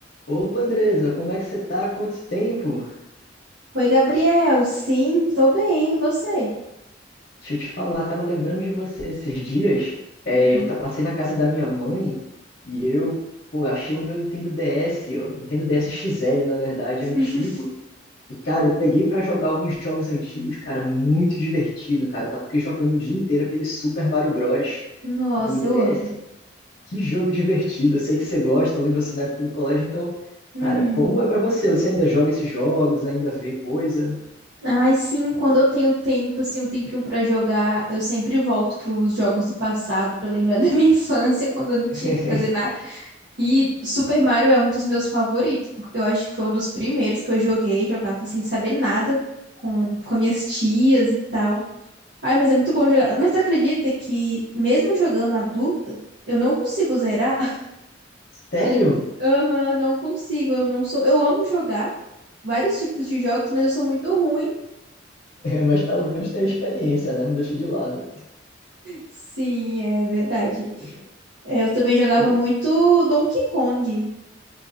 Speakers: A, on the left; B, on the right.
A: Opa, Andresa, como é que você tá? Quanto tempo?
B: Oi, Gabriel. Sim, tô bem. E você?
A: Deixa eu te falar, tava lembrando de você esses dias. É,
B: Uhum.
A: eu ta- passei na casa da minha mãe e eu, pô, achei o meu Nintendo DS, o Nintendo DS XL, na verdade,
B: <laughs>
A: antigo. E, cara, eu peguei pra jogar alguns jogos antigos, cara, muito divertido, cara. tá porque jogando o dia inteiro aquele Super Mario Bros.
B: Nossa,
A: do DS.
B: eu amo.
A: Que jogo divertido, eu sei que você gosta, eu lembro você na época do colégio, então,
B: Uhum.
A: cara, como é pra você? Você ainda joga esses jogos, ainda vê coisa?
B: Ai, sim, quando eu tenho tempo, assim, um tempinho pra jogar, eu sempre volto pros jogos do passado pra lembrar <laughs> da minha infância, quando eu não tinha
A: <laughs>
B: que fazer nada. E Super Mario é um dos meus favoritos, porque eu acho que foi um dos primeiros que eu joguei, jogava sem saber nada com, com minhas tias e tal. Ai, mas é muito bom jogar. Mas tu acredita que mesmo jogando adulta, eu não consigo zerar?
A: Sério?
B: Você já-
A: <laughs>
B: Aham, não consigo, eu não sou. Eu amo jogar vários tipos de jogos, mas eu sou muito ruim.
A: mas pelo menos tem a experiência, né? Não deixa de lado.
B: Sim, é verdade.
A: Poxa,
B: É, eu também jogava
A: o
B: muito Donkey Kong.